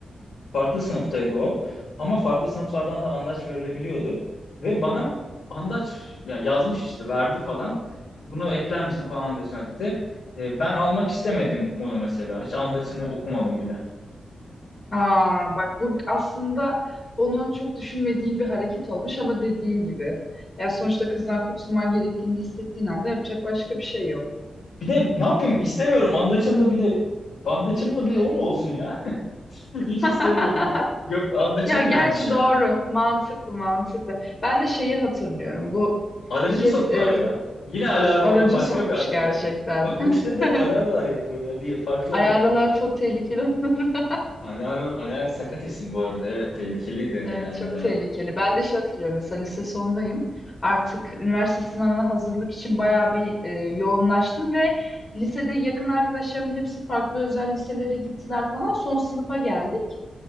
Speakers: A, on the left (about 75°); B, on the left (about 35°).
A: Farklı sınıftaydı o. Ama farklı sınıflardan da andaç verilebiliyordu. Ve bana andaç ya yazmış işte verdi falan. Bunu ekler misin falan andaçına dedi. E, ben almak istemedim onu mesela. Hiç andaçını okumadım bile.
B: Aa, bak bu aslında onu çok düşünmediğim bir hareket olmuş ama dediğin gibi. Ya sonuçta kızdan kurtulman gerektiğini hissettiğin anda yapacak başka bir şey yok.
A: Bir de ne yapayım istemiyorum andaçın da bir de andaçım da bir de o mu olsun ya? <laughs> Hiç
B: <laughs>
A: istemiyordum. Yok andaça
B: Ya
A: gelmiş
B: gerçi
A: yani.
B: doğru. Mantıklı mantıklı. Ben de şeyi hatırlıyorum. Bu
A: Aracıyı
B: bir kez
A: soktu
B: e,
A: araya. Yine aları
B: aracı
A: olan başka
B: sokmuş
A: bir aları.
B: gerçekten.
A: Bak bu işleri de
B: <laughs>
A: hep alaralar yapıyor ya diye farklı
B: Alaralar
A: aları.
B: çok tehlikeli. <laughs>
A: Alara, Alara sakat isim bu arada. Evet tehlikelidir genelde
B: Evet, çok
A: Alara.
B: tehlikeli. Ben de şey hatırlıyorum mesela lise sondayım. Artık üniversite sınavına hazırlık için bayağı bir e, yoğunlaştım ve lisede yakın arkadaşlarımın hepsi farklı özel liselere gittiler falan. Son sınıfa geldik.